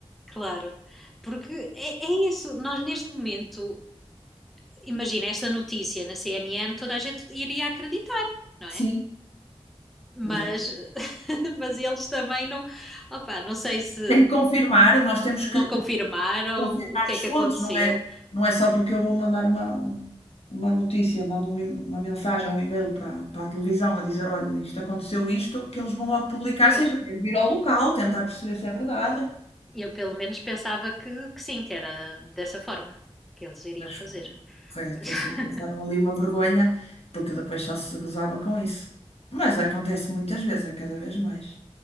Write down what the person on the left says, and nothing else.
Sim,
exatamente.
Tem que confirmar, nós temos que
confirmar
as
fontes,
não é, não é só porque eu vou mandar uma, um- uma notícia, eu mando um e- uma mensagem, um e-mail para, para a televisão a dizer, olha, isto aconteceu isto, que eles vão logo publicar
sem primeiro vir ao local, tentar perceber se é verdade.
Mas
foi, foi
até
se passaram ali uma vergonha, porque depois só se gozava com isso. Mas acontece muitas vezes, é cada vez mais.